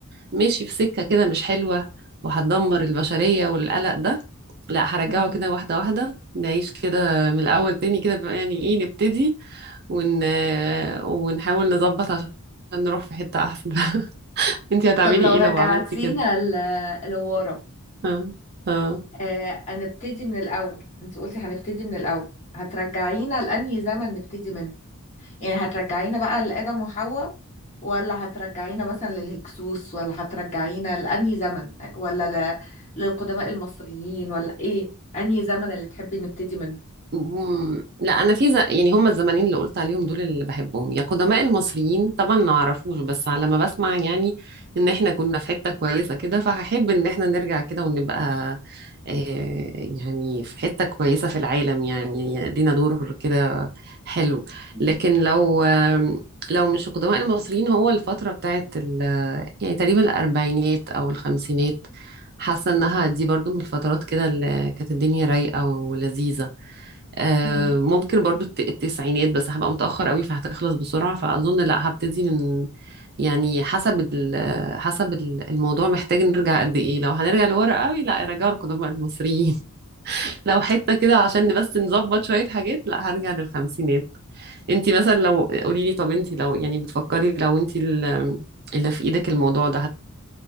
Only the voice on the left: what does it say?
مم.
طب لو
رجعتينا
ل- لورا
آه هنبتدي من الاول انت قلتي هنبتدي من الاول هترجعينا لانهي زمن نبتدي منه يعني هترجعينا بقى لآدم وحواء ولا هترجعينا مثلا للهكسوس ولا هترجعينا لانهي زمن ولا ل... للقدماء المصريين ولا ايه انهي زمن اللي تحبي نبتدي منه
مم.
مم.